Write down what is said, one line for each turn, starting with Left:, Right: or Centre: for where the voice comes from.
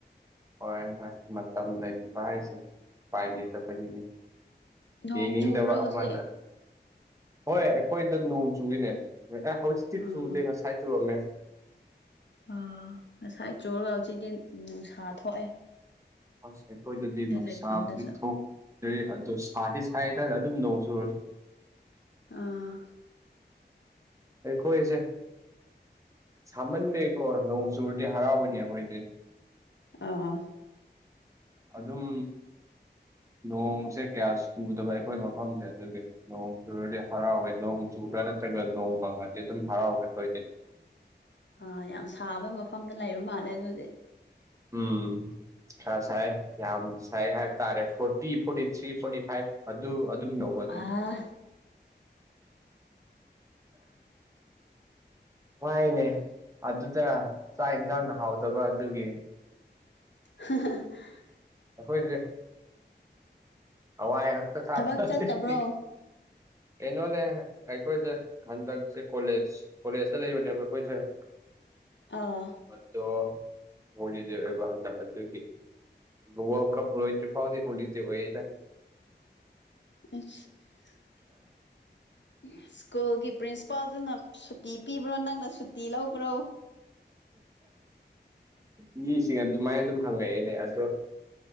Right: ꯍꯣꯏ ꯍꯣꯏ ꯃꯇꯝ ꯂꯩꯇꯕ ꯍꯥꯏꯁꯦ ꯎꯄꯥꯏ ꯂꯩꯇꯕ ꯕꯅꯤꯅꯦ
Left: ꯅꯣꯡ
Right: ꯌꯦꯡꯅꯤꯡꯗꯕ
Left: ꯆꯨꯕ꯭ꯔꯣ ꯍꯧꯖꯤꯛ
Right: ꯑꯃꯅ ꯍꯣꯏ ꯑꯩꯈꯣꯏꯗ ꯅꯣꯡ ꯆꯨꯏꯋꯤꯅꯦ ꯉꯥ ꯑꯦ ꯍꯧꯖꯤꯛꯇꯤ
Left: ꯑꯣ
Right: ꯆꯨꯗꯦ ꯉꯁ ꯁꯥꯏ ꯆꯨꯔꯝꯃꯦ
Left: ꯑ ꯉꯁꯥꯏ ꯆꯨꯔꯒ ꯍꯧꯖꯤꯛꯇꯤ ꯅꯨꯡꯁꯥ ꯊꯣꯛꯑꯦ
Right: ꯑꯁ ꯑꯩꯈꯣꯏꯗꯗꯤ
Left: ꯑꯩ
Right: ꯅꯨꯡꯁꯥꯕꯨꯗꯤ
Left: ꯂꯩꯐꯝꯗꯁꯨ
Right: ꯊꯣꯛꯇ꯭ꯔꯦ ꯑꯗꯣ ꯁꯥꯗꯤ ꯁꯥꯏꯌꯦꯗ ꯑꯗꯨꯝ ꯅꯣꯡ ꯁꯨꯔ
Left: ꯑꯥ
Right: ꯑꯩꯈꯣꯏꯁꯦ ꯁꯥꯃꯟꯕꯒꯤꯀꯣ ꯅꯣꯡ ꯆꯨꯔꯗꯤ ꯍꯔꯥꯎꯕꯅꯤ ꯑꯩꯈꯣꯏꯗꯤ
Left: ꯑꯥ ꯑꯥ
Right: ꯑꯗꯨꯝ ꯅꯣꯡꯁꯦ ꯀꯌꯥ ꯆꯨꯗꯕ ꯑꯩꯈꯣꯏ ꯃꯐꯝꯁꯦ ꯑꯗꯨꯒꯤ ꯅꯣꯡ ꯆꯨꯔꯗꯤ ꯍꯔꯥꯎꯋꯦ ꯅꯣꯡ ꯆꯨꯕ꯭ꯔꯥ ꯅꯠꯇ꯭ꯔꯒ ꯅꯣꯡ ꯃꯪꯉꯗꯤ ꯑꯗꯨꯝ ꯍꯔꯥꯎꯋꯦ ꯑꯩꯈꯣꯏꯗꯤ
Left: ꯑꯥ ꯌꯥꯝ ꯁꯥꯕ ꯃꯐꯝꯗ ꯂꯩꯕ ꯃꯥꯜꯂꯦ ꯑꯗꯨꯗꯤ
Right: ꯎꯝ ꯈꯔ ꯁꯥꯏ ꯌꯥꯝ ꯁꯥꯏ ꯍꯥꯏꯕ ꯇꯥꯔꯦ forty forty three forty five ꯑꯗꯨ ꯑꯗꯨꯝ ꯂꯧꯕ ꯑꯗꯨꯗꯤ
Left: ꯑꯥ
Right: ꯋꯥꯏꯅꯦ ꯑꯗꯨꯗ ꯆꯥꯛ ꯍꯦꯟꯖꯥꯡ ꯅꯥ ꯍꯥꯎꯇꯕ ꯑꯗꯨꯒꯤ
Left: <unintelligible>
Right: ꯑꯈꯣꯏꯗꯤ ꯍꯋꯥꯏ ꯍꯛꯇ ꯆꯥꯕ
Left: ꯊꯕꯛ
Right: ꯑꯗꯩꯗꯤ
Left: ꯆꯠꯇꯕ꯭ꯔꯣ
Right: ꯀꯩꯅꯣꯅꯦ ꯑꯩꯈꯣꯏꯁꯦ ꯍꯟꯗꯛꯁꯦ ꯀꯣꯂꯦꯖ ꯀꯣꯂꯦꯖꯇ ꯂꯩꯕꯅꯦꯕ ꯑꯩꯈꯣꯏꯁꯦ <inaudible>
Left: ꯑꯥ
Right: ꯑꯗꯣ ꯍꯣꯂꯤꯗꯦ ꯑꯣꯏꯕ ꯍꯟꯗꯛ ꯑꯗꯨꯒꯤ ꯋꯥ꯭ꯔꯜ ꯀꯞ ꯂꯣꯏꯗ꯭ꯔꯤꯐꯥꯎꯗꯤ ꯍꯣꯂꯤꯗꯦ ꯑꯣꯏꯌꯦꯗ
Left: ꯑꯩꯁ ꯁ꯭ꯀꯨꯜꯒꯤ ꯄ꯭ꯔꯤꯟꯁꯤꯄꯥꯜꯗꯨꯅ ꯁꯨꯇꯤ ꯄꯤꯕ꯭ꯔꯣ ꯅꯪꯅ ꯁꯨꯇꯤ ꯂꯧꯕ꯭ꯔꯣ
Right: ꯃꯤꯁꯤꯡ ꯑꯗꯨꯃꯥꯏꯅ ꯑꯗꯨꯝ ꯍꯪꯉꯛꯑꯦꯅꯦ ꯑꯗꯣ